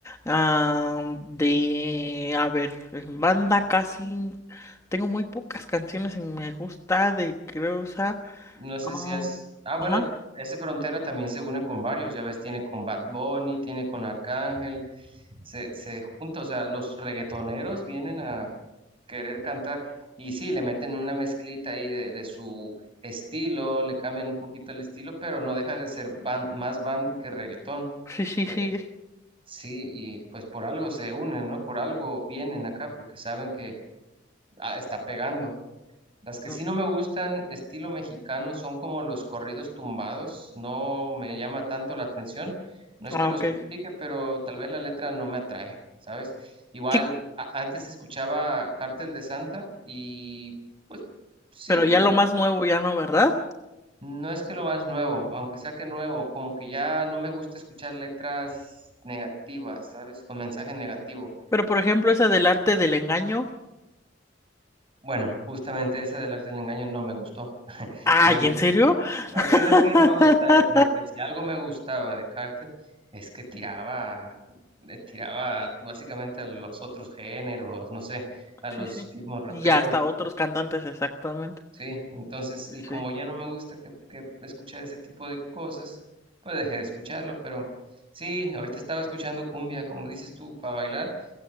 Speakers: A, on the left; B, on the right.
A: ah, de, a ver, en banda casi tengo muy pocas canciones en me gusta de, creo,
B: No sé
A: ah,
B: si es, ah, bueno,
A: ajá,
B: ese Frontera también se une con varios, ya ves, tiene con Bad Bunny, tiene con Arcángel, se, se junta, o sea, los reggaetoneros vienen a querer cantar. Y sí, le meten una mezclita ahí de, de su estilo, le cambian un poquito el estilo, pero no deja de ser ban- más banda que reggaetón.
A: sí, sí, sí,
B: Eh, sí, y pues por algo se unen, ¿no? Por algo vienen acá, porque saben que ah, está pegando. Las que
A: mm,
B: sí no me gustan, estilo mexicano, son como los corridos tumbados. No me llama tanto la atención. No es
A: ah,
B: que los
A: ok,
B: critique, pero tal vez la letra no me atrae, ¿sabes? Igual,
A: sí,
B: a- antes escuchaba Cártel de Santa y pues sí,
A: pero ya
B: me-
A: lo más nuevo ya no, ¿verdad?
B: no es que lo más nuevo, aunque saque nuevo, como que ya no me gusta escuchar letras negativas, ¿sabes? Con mensaje negativo.
A: Pero por ejemplo esa del arte del engaño,
B: Bueno, justamente esa del arte del engaño no me gustó. <laughs>
A: ay,
B: Me gustó.
A: ¿en serio?
B: Es
A: <laughs>
B: que no es que no me gustara, sino que si algo me gustaba de Cartel, es que tiraba, le tiraba básicamente a los otros géneros, no sé, a
A: Sí,
B: los
A: sí,
B: mismos raperos,
A: y ya hasta otros cantantes exactamente,
B: sí. Entonces, y como
A: sí,
B: ya no me gusta que, que escuchar ese tipo de cosas, pues dejé de escucharlo, pero sí, ahorita estaba escuchando cumbia, como dices tú, para bailar.